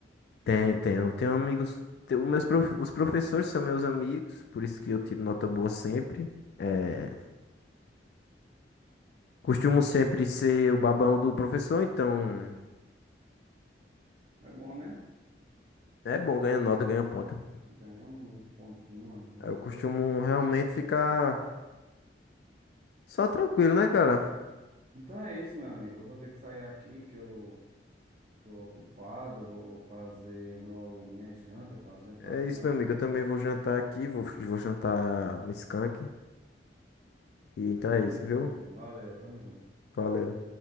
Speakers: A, on the left; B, on the right.
A: Tenho, tenho, tenho amigos... tenho- Os meus prof- os professores são meus amigos, por isso que eu tiro nota boa sempre. É, costumo sempre ser o babão do professor, então...
B: É bom, né?
A: É bom, ganha nota, ganha ponto.
B: Ganha um, uns pontinhos, umas notas.
A: Aí Eu costumo realmente ficar só tranquilo, né, cara?
B: Então é isso, meu amigo. Eu vou ter que sair aqui, que eu tô ocupado. Vou fazer o meu, minha janta pra jantar,
A: É
B: senão.
A: isso, meu amigo. Eu também vou jantar aqui, vou, vou jantar um skunk. E então
B: Então
A: é
B: é
A: isso,
B: isso,
A: viu?
B: meu mano. Valeu, tamo junto.
A: Valeu.